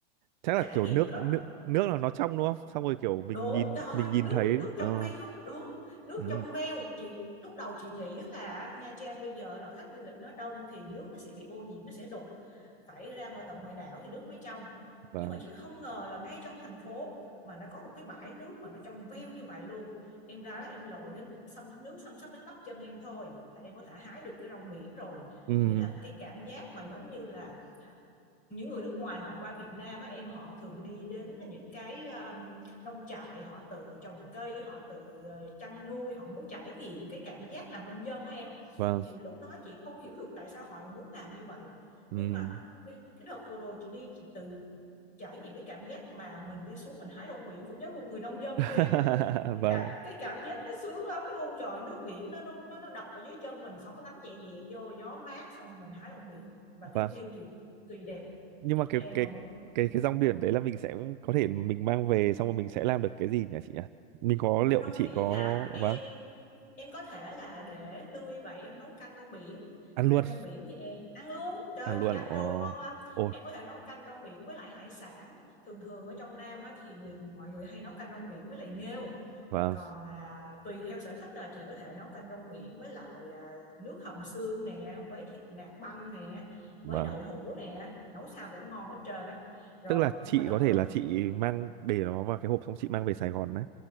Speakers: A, on the right (about 45°); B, on the left (about 25°).
A: chắc là
B: trải
A: kiểu
B: nghiệm
A: nước
B: rất
A: nước nước là nó trong đúng không xong rồi kiểu mình
B: đúng
A: nhìn
B: trời
A: mình
B: ơi
A: nhìn
B: nước
A: thấy
B: nước trong
A: ờ
B: veo đúng nước
A: ừ
B: trong veo chị lúc đầu chị nghĩ là Nha Trang bây giờ là khách du lịch nó đông thì nước nó sẽ bị ô nhiễm nó sẽ đục phải ra ngoài tận ngoài đảo thì nước mới trong
A: vâng
B: nhưng mà chị không ngờ là ngay trong thành phố mà nó có một cái bãi nước mà nó trong veo như vậy luôn em ra đó em lội đến xăm nước xăm sắp đến bắp chân em thôi là em có thể hái được cái rong biển rồi
A: ừ
B: nghĩa là cái cảm giác mà giống như là những người nước ngoài họ qua Việt Nam á em họ thường đi đến những cái um, nông trại họ tự trồng cây họ tự ờ, chăn nuôi họ muốn trải nghiệm cái cảm giác làm nông dân á em
A: vâng
B: thì lúc đó chị không hiểu được tại sao họ lại muốn làm như vậy
A: ừ
B: nhưng mà đi- cái đợt vừa rồi chị đi chị tự trải nghiệm cái cảm giác mà mình đi xuống mình hái rong biển cũng giống một người nông dân
A: <laughs>
B: thôi em cái,
A: vâng
B: cả, cái cảm giác nó sướng lắm luôn trời nước biển nó nó nó nó đập vào dưới chân mình sóng nó đánh nhẹ nhẹ vô gió mát xong mình hái rong biển và cái
A: vâng
B: view thì kỳ đẹp
A: nhưng mà cái
B: Em
A: cái
B: mà muốn
A: cái cái rong biển đấy là mình sẽ có thể mình mang về xong rồi mình sẽ làm được cái gì nhỉ chị nhỉ mình có liệu
B: rong
A: chị
B: biển
A: có
B: hả? Em
A: vâng
B: em có thể là để tươi vậy em nấu canh rong biển.
A: ăn
B: Canh
A: luôn
B: rong biển thì em ăn luôn. Trời ơi,
A: ăn luôn
B: chị ăn
A: ồ
B: rồi ngon lắm.
A: ồ
B: Em có thể nấu canh rong biển với lại hải sản. Thường thường ở trong Nam á, thì người mọi người hay nấu canh rong biển với lại nghêu.
A: vâng
B: Còn à, tùy theo sở thích là chị có thể nấu canh rong biển với lại à, nước hầm xương nè, với thịt nạc băm nè,
A: vâng
B: với đậu hũ nè, nấu sao cũng ngon hết trơn á. Rồi
A: tức là
B: nhưng
A: chị
B: mà đợt
A: có thể
B: vừa rồi
A: là
B: chị
A: chị mang để nó vào cái hộp xong chị mang về Sài Gòn đấy